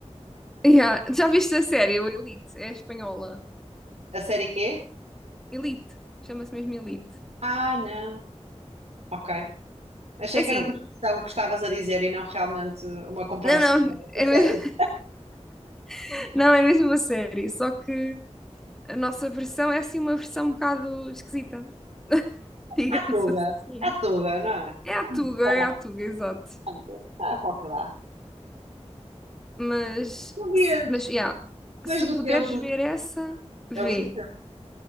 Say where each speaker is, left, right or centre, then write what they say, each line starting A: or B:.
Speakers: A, in the centre; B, on the right.
A: Yeah, Já viste a série, o Elite? É espanhola.
B: A série quê?
A: Elite, chama-se mesmo Elite.
B: Ah, não. Ok. Achei
A: É assim,
B: que era uma expressão que estavas a dizer e não realmente uma comparação
A: não, não,
B: com
A: é
B: a série.
A: mesmo, <laughs> não, é mesmo a série, só que a nossa versão é assim uma versão um bocado esquisita, <laughs> digamos
B: À tuga,
A: assim.
B: à tuga, não é?
A: É a Tuga,
B: Está
A: é
B: na
A: a Tuga, exato.
B: tuga. Ah, pá, que dá.
A: Mas,
B: Não vias.
A: se- mas, yeah,
B: Depois
A: se
B: do
A: puderes
B: tempo.
A: ver
B: de
A: essa, vê.
B: Elite?